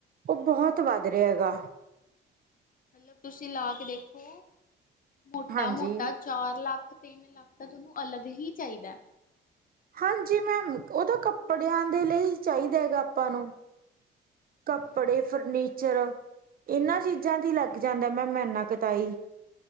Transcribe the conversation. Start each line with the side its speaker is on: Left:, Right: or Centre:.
Right: ਓ ਬੋਹਤ ਵੱਧ ਰੇਆ ਹੈਗਾ।
Left: ਮਤਲਬ ਤੁਸੀਂ ਲਾ ਕੇ ਦੇਖੋ, ਮੋਟਾ-ਮੋਟਾ
Right: ਹਾਂਜੀ
Left: ਚਾਰ ਲੱਖ-ਤਿੰਨ ਲੱਖ ਤਾਂ ਤੁਹਾਨੂੰ ਅਲੱਗ ਹੀ ਚਾਇਦਾ।
Right: ਹਨਜੀ ਮੈਮ, ਓ ਤਾਂ ਕੱਪੜਿਆਂ ਦੇ ਲਈ ਚਾਇਦਾ ਹੈਗਾ ਆਪਾਂ ਨੂੰ ਕੱਪੜੇ,
Left: ਹਾਂਜੀ-ਹਾਂਜੀ
Right: ਫਰਨੀਚਰ, ਏਨਾਂ ਚੀਜ਼ਾਂ ਤੇ ਈ੍ ਲੱਗ ਜਾਂਦਾ ਮੈਮ ਏਨਾ ਕ ਤਾਈ